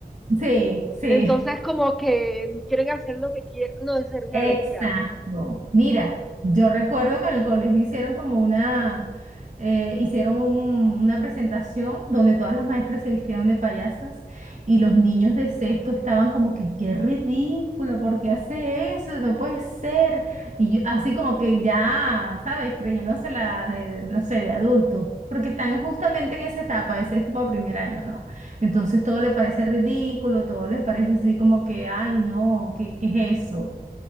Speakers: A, on the right; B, in the centre.
A: sí, sí.
B: Entonces, como que quieren hacer lo que quieren, no, es ser una
A: Exacto.
B: locura.
A: Mira, yo recuerdo que en el colegio hicieron como una, eh, hicieron un- una presentación donde todas las maestras se vistieron de payasas y los niños de sexto estaban como que, qué ridículo, ¿por qué hace eso? No puede ser. Y yo- así como que ya, ¿sabes? Creyéndose la de, no sé, de adulto. Porque están justamente en esa etapa, de sexto para primer año, ¿no? Entonces todo le parece ridículo, todo les parece así como que, ay, no, ¿qué, qué es eso?